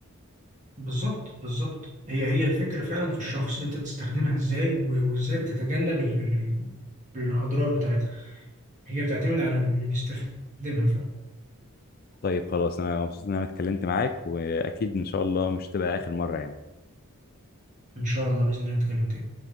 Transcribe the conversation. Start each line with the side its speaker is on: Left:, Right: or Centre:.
Right: بالظبط بالظبط هي هي الفكرة فعلا في الشخص أنت بتستخدمها إزاي و- وإزاي بتتجنب ال- ال- الأضرار بتاعتها هي بتعتمد على اللي بيستخدمها فعلا
Left: طيب خلاص انا مبسوط ان انا اتكلمت معاك واكيد ان شاء الله مش تبقى اخر مره يعني
Right: ان شاء الله باذن الله نتكلم تاني